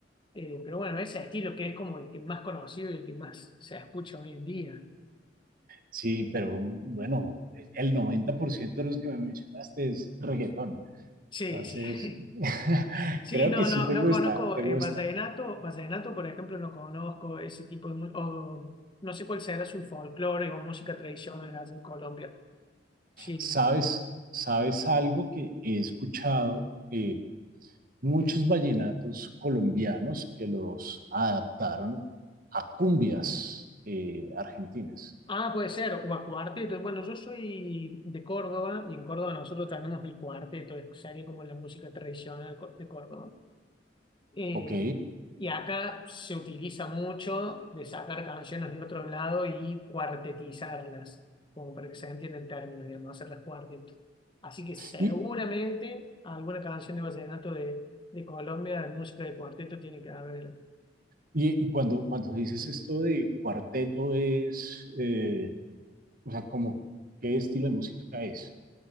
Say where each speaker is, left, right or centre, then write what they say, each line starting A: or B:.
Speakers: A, on the left; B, on the right.
A: Eh, pero bueno, ese estilo que es como el que más conocido y el que más se escucha hoy en día.
B: sí, pero bueno, el 90% de los que me mencionaste es reggaetón.
A: Sí,
B: Entonces,
A: sí. <laughs>
B: <laughs>
A: Sí,
B: creo
A: no,
B: que sí
A: no,
B: te
A: no
B: gusta,
A: conozco
B: te
A: eh,
B: gusta.
A: vallenato. Vallenato, por ejemplo, no conozco ese tipo de... mu- o, no sé cuál será su folclore o música tradicional allá en Colombia. sí
B: ¿Sabes, sabes algo que he escuchado? Eh, muchos vallenatos colombianos que los adaptaron a cumbias eh, argentinas,
A: Ah, puede ser. O a cuarteto. Bueno, yo soy de Córdoba y en Córdoba nosotros tenemos el cuarteto. es- Sería como la música tradicional co- de Córdoba. Eh,
B: ¿ok?
A: y acá se utiliza mucho de sacar canciones de otro lado y cuartetizarlas, como para que se entienda el término, digamos, hacerlas cuarteto. Así que seguramente
B: Y,
A: alguna canción de vallenato de, de Colombia, de música de cuarteto, tiene que haber.
B: y cuando, cuando dices esto de cuarteto es, eh, o sea, como qué estilo de música es,